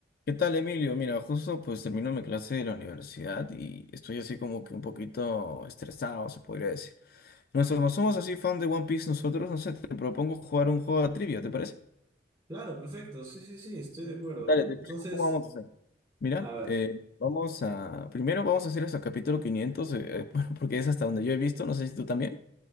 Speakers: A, on the left; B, on the right.
A: ¿Qué tal, Emilio? Mira, justo pues termino mi clase de la universidad y estoy así como que un poquito estresado, se podría decir. Nosotros como somos así fan de One Piece, nosotros, no sé, te propongo jugar un juego de trivia, ¿te parece?
B: Claro, perfecto. Sí, sí, sí, estoy de acuerdo.
A: Dale, te
B: Entonces,
A: explico cómo vamos a hacer. Mira,
B: a ver.
A: eh, vamos a... Primero vamos a hacer hasta el capítulo 500 eh, <laughs> bueno, porque es hasta donde yo he visto, no sé si tú también.